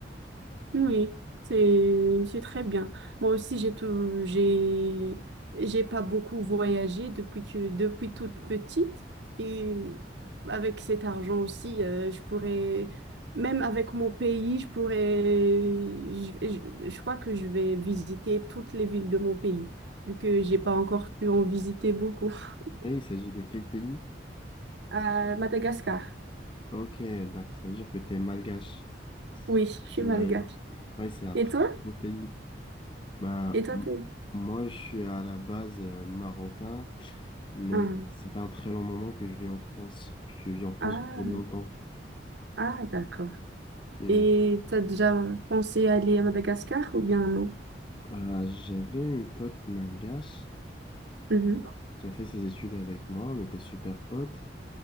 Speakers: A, on the right; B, on the left.
A: oui. C'est, c'est très bien. Moi aussi, j'ai tout, j'ai, j'ai pas beaucoup voyagé depuis que, depuis toute petite. Et avec cet argent aussi, euh, je pourrais, même avec mon pays, je pourrais, je, je- je crois que je vais visiter toutes les villes de mon pays, vu que j'ai pas encore pu en visiter beaucoup. <laughs>
B: Et il s'agit de quel pays?
A: À Madagascar.
B: Ok, donc ça veut dire que tu es malgache, si
A: Oui, je
B: si
A: suis malgache.
B: j'ai raison. Oui, c'est un
A: Et
B: très
A: toi?
B: beau pays. Ben,
A: Et toi, t'es...
B: moi, je suis à la base euh, marocain. mais
A: Ah,
B: ça fait un très long moment que je vis en France. Puis je vis en France
A: ah,
B: depuis longtemps.
A: ah, d'accord.
B: Et
A: Et t'as déjà pensé aller à Madagascar ou bien non?
B: euh, j'avais une pote malgache
A: Mhm,
B: qui a fait ses études avec moi. On était super potes.